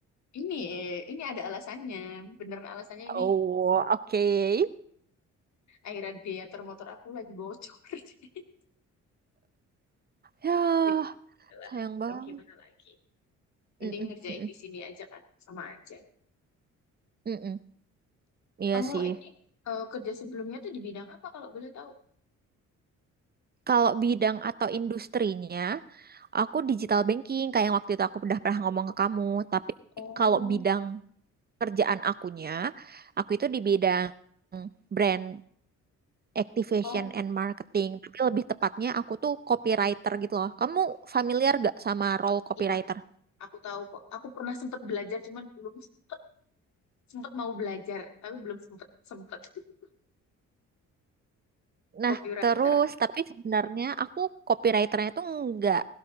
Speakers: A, on the left (about 65°); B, on the right (about 30°).
A: ini eh, ini ada alasannya. Beneran alasannya ini
B: Oh, oke.
A: aerator motor aku lagi bocor. <laughs>
B: Ya,
A: Jadi ya lah
B: Sayang banget.
A: mau gimana lagi. Mending
B: Mm-mm,
A: ngerjain
B: mm-mm,
A: di sini aja kan, sama aja.
B: mm-mm. Iya
A: Kamu
B: sih.
A: ini eh, kerja sebelumnya tuh di bidang apa kalau boleh tahu?
B: Kalau bidang atau industrinya, aku digital banking kayak yang waktu itu aku udah pernah ngomong ke kamu. Tapi
A: Oh,
B: kalau bidang kerjaan akunya, aku itu di bidang brand activation
A: oh
B: and marketing. Tapi lebih tepatnya aku tuh copywriter gitu loh. Kamu familiar gak sama role copywriter?
A: iya Aku tahu kok. Aku pernah sempat belajar, cuman belum sempet, sempet mau belajar, tapi belum sempet sempet <laughs>
B: Nah,
A: copywriter.
B: terus tapi sebenarnya aku copywriternya tuh nggak